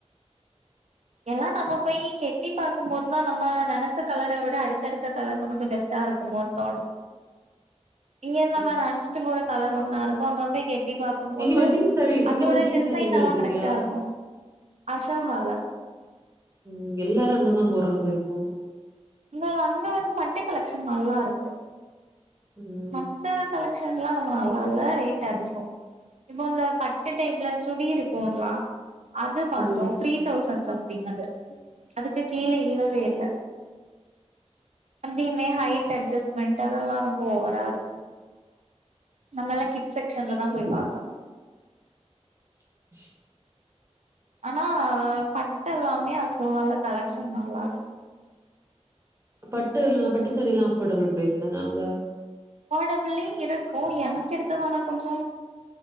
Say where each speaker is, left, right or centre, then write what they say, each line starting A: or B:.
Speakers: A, on the right; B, on the right.
A: எல்லா நம்ம போய் கெட்டி பாக்கும போது தா நம்ம நெனைச்ச கலர விட அடுத்தடுத்த கலர் நமக்கு பெஸ்ட்டா இருக் குமோனு தோணு இங்க
B: ம்.
A: நெனச்சிட்டு போற கலரா ஒண்ணா இருக்கு அங்க போய் கெட்டி பாக்கு இருக்கும்போது
B: நீங்க வெட்டிங் சாரி
A: அதனோட
B: நீங்க வெட்டிங்
A: டிசைன்
B: சாரி எங்க
A: எல்லா
B: எடுத்தீங்க?
A: கரெக்டா இருக்கு அசோகால
B: ம் எல்லாரு அங்கதா போறாங்க இப்போ
A: அங்க அங்க வந்து பட்டு கலெக்ஷன் நல்லா இருக்கு
B: ம்.
A: மத்த கலெக்ஷன்லா நம்ம இல்லா ரேட் அதிக இப்ப இந்த பட்டு டைப்ல சுடி இருக்கும்ள அது பாத்தோ
B: ம்.
A: த்ரி தவ்சண்ட் சம்திங் அது அதுக்கு கீழ இல்லவே இல்ல அப்டியுமே ஹட் அட்ஜஸ்மெண்ட் அதெல்லாரும் ஓவரா இருக்கு நம்மல்லா கிட் செக்ஷன்ல தா போய் பாக்கணு
B: <inaudible>
A: ஆனா பட் எல்லாமே அசோஹால கலெக்ஷன் நல்லா இருக்கு
B: பட்டெல்லா பட்டு சாரி எல்லா அஃபோர்டபிள் பிரைஸ் தான அங்க
A: ஃபோடபுலயு இருக்கு எனக்கெடுத்ததானா கொஞ்சோ